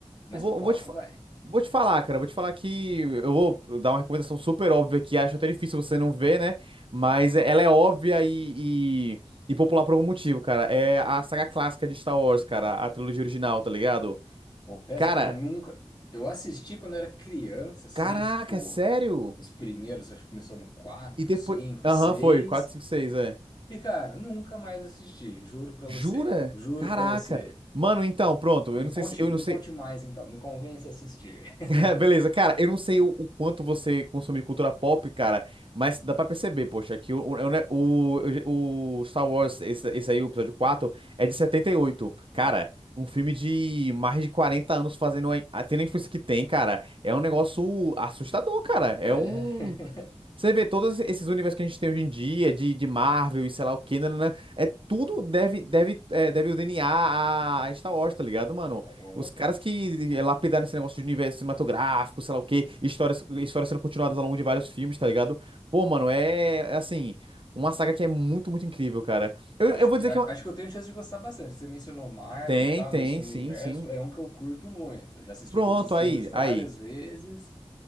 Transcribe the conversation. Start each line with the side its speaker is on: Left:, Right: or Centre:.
Left: mais
Right: Eu Vou,
Left: pipoca,
Right: eu vou te, fa-
Left: vai.
Right: vou te falar, cara. Vou te falar que eu vou dar uma recomendação super óbvia que acho até difícil você não ver, né? Mas é, ela é óbvia e, e, e popular por algum motivo, cara. É a saga clássica de Star Wars, cara. A trilogia original, tá ligado?
Left: Confesso
Right: Cara,
Left: que eu nunca. Eu assisti quando era criança, assim,
Right: caraca,
Left: tipo,
Right: é sério?
Left: os primeiros, acho que começou no 4,
Right: E depois.
Left: cinco,
Right: Aham,
Left: 6.
Right: foi. quatro cinco seis é.
Left: E, cara, nunca mais assisti, juro pra
Right: Jura?
Left: você. Juro
Right: Caraca.
Left: pra você.
Right: Mano, então, pronto.
Left: Me
Right: Eu não
Left: conte,
Right: sei se. Eu
Left: me
Right: não sei.
Left: conte mais, então, me convença a assistir. <laughs>
Right: <laughs> Beleza, cara, eu não sei o, o quanto você consome cultura pop, cara, mas dá pra perceber, poxa, que o, o, é o, o Star Wars, esse, esse aí, o episódio 4, é de 78. Cara,
Left: Tá.
Right: um filme de mais de 40 anos fazendo a, a- tendo a influência que tem, cara, é um negócio assustador, cara. É
Left: É.
Right: um, você vê todos esses universos que a gente tem hoje em dia, de, de Marvel e sei lá o que, né é tudo deve, deve, é, deve o DNA a, a Star Wars, tá ligado, mano?
Left: <laughs>
Right: Os caras que eh, lapidaram esse negócio de universo cinematográfico, sei lá o que, histórias, histórias sendo continuadas ao longo de vários filmes, tá ligado? Pô, mano, é, é assim, uma saga que é muito, muito incrível, cara. Eu,
Left: Acho
Right: eu vou
Left: que,
Right: dizer
Left: a-
Right: que é uma...
Left: acho que eu tenho chance de gostar bastante. Você mencionou Marvel,
Right: Tem,
Left: e tal,
Right: tem,
Left: nesse universo,
Right: sim, sim.
Left: é um que eu curto muito. Já assisti
Right: Pronto,
Left: todos os filmes
Right: aí,
Left: várias
Right: aí.
Left: vezes.